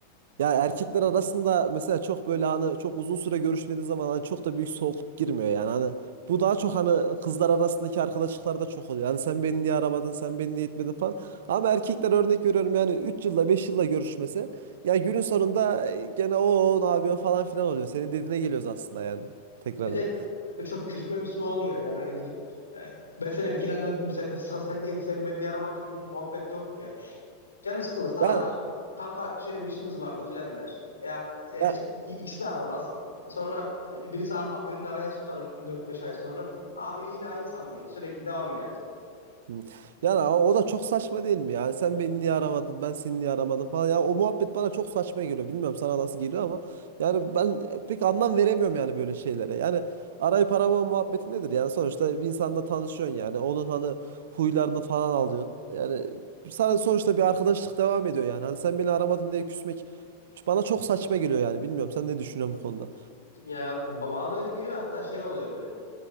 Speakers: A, on the right; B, on the left.
A: Ya erkekler arasında mesela çok böyle hani çok uzun süre görüşmediği zaman hani çok da büyük soğukluk girmiyor yani. Hani bu daha çok hani kızlar arasındaki arkadaşlıklarda çok oluyor. Yani sen beni niye aramadın, sen beni niye etmedin falan. Ama erkekler örnek veriyorum yani 3 yılda 5 yılda görüşmesi. Ya günün sonunda e, gene o ne yapıyorsun falan filan oluyor. Senin dediğine geliyoruz aslında yani tekrardan.
B: Evet, evet. E, Çok küsme müsme olmuyor yani hani gidip e, ben seni bir kere aradım sen- sıra sendeydi sen beni niye aramadın gibi muhabbet yok Canı sıkılırsa
A: Ya,
B: arar. Kanka şöyle bir işimiz vardı filan der. Ya, ya
A: ya
B: hiç ikisi de aramaz. Sonra bi- birisi a- birini arayan tutar Dört beş ay sonra. Abi yine aynı samimiyet. Sürekli devam yani.
A: Hı. Yani a- o da çok saçma değil mi? Yani sen beni niye aramadın, ben seni niye aramadım falan. Ya o muhabbet bana çok saçma geliyor. Bilmiyorum sana nasıl geliyor ama yani ben e, pek anlam veremiyorum yani böyle şeylere. Yani arayıp aramama muhabbeti nedir? Yani sonuçta bir insanla tanışıyorsun yani. Onun hani huylarını falan alıyorsun. Yani sana sonuçta bir arkadaşlık devam ediyor yani. Hani sen beni aramadın diye küsmek bana çok saçma geliyor yani. Bilmiyorum sen ne düşünüyorsun bu konuda?
B: Ya ba- bana da öyle geliyor hatta şey oluyor böyle.